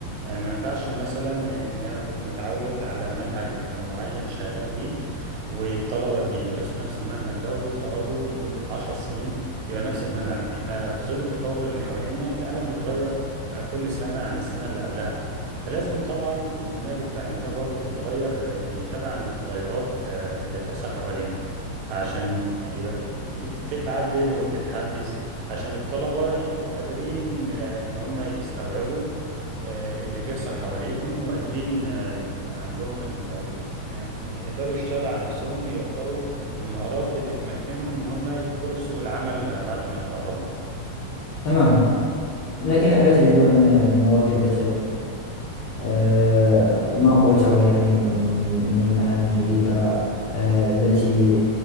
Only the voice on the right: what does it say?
يعني ما ينفعش مثلا ان انا كنت متعود على منهج معين شغال بيه والطلبه بيدرسوا نفس المنهج ده ويتخرجوا لمده عشر سنين بيبقى نفس المنهج احنا في ظل التطور اللي حوالينا العالم بيتغير آه، كل سنه عن السنه اللي قبلها فلازم طبعا المناهج التعليمية برضو تتغير آه، يعني تبعا للتغيرات آه، اللي بتحصل حوالينا عشان يعني يبقى ت- تتعدل وتتحدث عشان الطلبة يبقوا قادرين آه، ان هم يستوعبوا آه، اللي بيحصل حواليهم وقادرين آه، يبقى عندهم ال- يعني يقدروا يشتغلوا على نفسهم ويوفروا المهارات اللي تمكنهم ان هم يدخلوا في سوق العمل بعد ما يتخرجوا